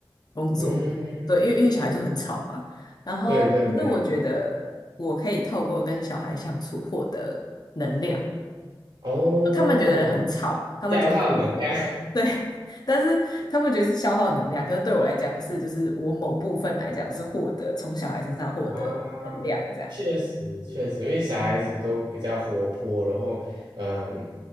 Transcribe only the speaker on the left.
工作？
对，因为因为小孩就很吵嘛。
然后，
可是我觉得我可以透过跟小孩相处获得能量。
他们觉得很吵，他们觉得他们
对，<laughs> 但是他们觉得是消耗能量，可是对我来讲是，就是我某部分来讲是获得从小孩身上获得能量，
这样。